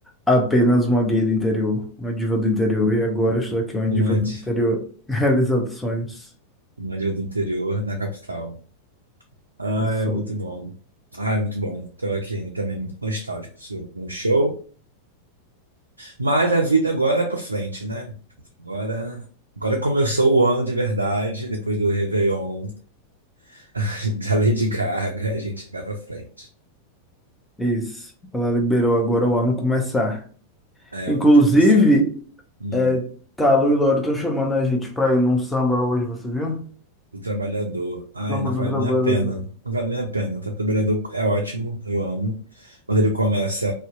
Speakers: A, in the centre; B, on the right.
A: apenas uma gay do interior, uma diva do interior, e agora estou aqui, uma diva
B: um antes,
A: do interior, <laughs> realizando sonhos.
B: um ali do interior, na capital. Ah,
A: Eu sou
B: é muito bom. Ah, é muito bom. Estou aqui ainda também muito nostálgico sou com o show. Mas a vida agora é para frente, né? Agora, agora começou o ano de verdade, depois do Réveillon, <laughs> da Lady Gaga, a gente vai para frente.
A: isso. Ela liberou agora o ano começar.
B: É
A: Inclusive,
B: onde começar. Hum.
A: é, Talo e Loro estão chamando a gente pra ir num samba hoje, você viu?
B: do trabalhador. Ai,
A: Samba
B: não vale
A: do trabalhador.
B: nem a pena.
A: <laughs>
B: Não vale nem a pena. O trabalhador é ótimo, eu amo. Mas ele começa